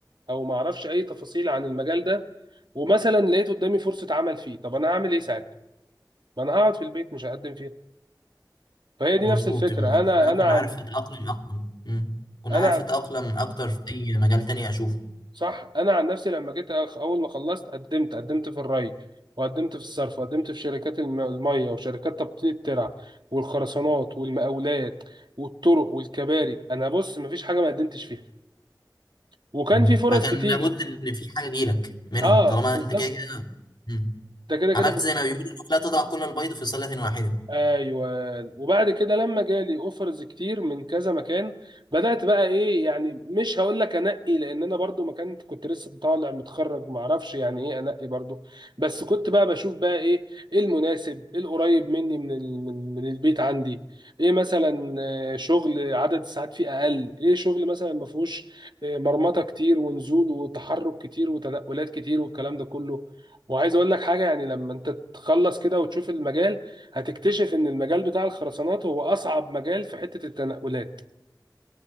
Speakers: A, on the right (about 85°); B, on the left (about 75°).
A: او ما اعرفش اي تفاصيل عن المجال ده ومثلا لقيت قدامي فرصه عمل فيه طب انا هعمل ايه ساعتها ما انا هقعد في البيت مش هقدم فيها فهي دي
B: مظبوط
A: نفس الفكره
B: بحيث
A: انا
B: ان انا
A: انا
B: اكون
A: عن
B: عارف اتاقلم اكتر امم اكون
A: انا
B: عارف
A: عن
B: اتاقلم اكتر في اي مجال تاني اشوفه
A: صح انا عن نفسي لما جيت أخ- اول ما خلصت قدمت قدمت في الري وقدمت في الصرف وقدمت في شركات الم- الميه وشركات تبطين الترع والخرسانات والمقاولات والطرق والكباري انا بص مفيش حاجه ما قدمتش فيها وكان
B: مم.
A: في فرص
B: فكان
A: بتيجي
B: لابد ان في حاجه تجيلك منهم
A: اه
B: طالما
A: بالظبط
B: انت كده كده مم.
A: ده كده
B: عملت
A: كده
B: زي ما بيقولوا لا تضع كل البيض في سله واحده
A: ايوه وبعد كده لما جالي اوفرز كتير من كذا مكان بدات بقى ايه يعني مش هقول لك انقي لان انا برضو ما كنت كنت لسه طالع متخرج ما اعرفش يعني ايه انقي برضو بس كنت بقى بشوف بقى ايه ايه المناسب ايه القريب مني من ال- من من البيت عندي ايه مثلا آه، شغل عدد الساعات فيه اقل ايه شغل مثلا ما فيهوش آه، مرمطه كتير ونزول وتحرك كتير وتنقلات كتير والكلام ده كله وعايز اقول لك حاجه يعني لما انت تخلص كده وتشوف المجال هتكتشف ان المجال بتاع الخرسانات هو اصعب مجال في حتة التنقلات